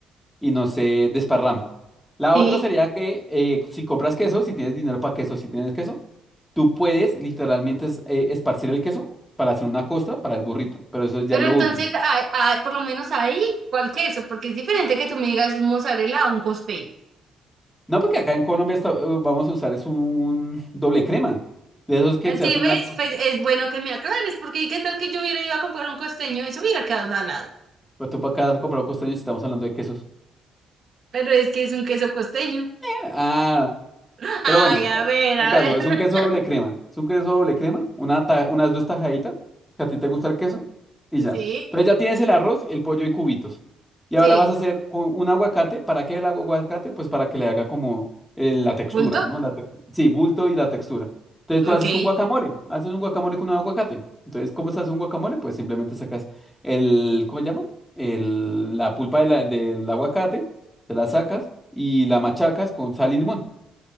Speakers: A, in the centre; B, on the right (about 50°).
A: y no se desparrame. La
B: sí.
A: otra sería que eh, si compras queso, si tienes dinero para queso, si tienes queso, tú puedes literalmente es- eh, esparcir el queso para hacer una costra para el burrito, pero eso es ya
B: Pero
A: lo
B: entonces,
A: último.
B: ah, ah, por lo menos ahí, ¿cuál queso? Porque es diferente que tú me digas un mozzarella o un costeño.
A: No, porque acá en Colombia está- eh, vamos a usar es un doble crema, de esos que
B: Así
A: se hacen
B: ves,
A: una,
B: pues es bueno que me aclares, porque ¿qué tal que yo hubiera ido a comprar un costeño? Eso hubiera quedado salado.
A: Pero tú para acá has comprado costeños y estamos hablando de quesos.
B: Pero es que es un queso costeño.
A: Ah,
B: <laughs> Ay,
A: Pero bueno,
B: a
A: eh,
B: ver,
A: el
B: a
A: caso,
B: ver.
A: es
B: <laughs>
A: un queso doble crema. Es un queso doble crema, una ta- unas dos tajaditas, que a ti te gusta el queso, y
B: Pues
A: ya.
B: Sí,
A: Entonces ya tienes el arroz, el pollo y cubitos. Y
B: sí.
A: ahora vas a hacer un, un aguacate. ¿Para qué el agua- aguacate? Pues para que le haga como eh, la textura,
B: ¿Bulto?
A: ¿no? La tec- sí, bulto y la textura. Entonces
B: Ok.
A: tú haces un guacamole, haces un guacamole con un aguacate. Entonces, ¿cómo se hace un guacamole? Pues simplemente sacas el, ¿cómo se llama? El, la pulpa de la- del aguacate, te la sacas y la machacas con sal y limón.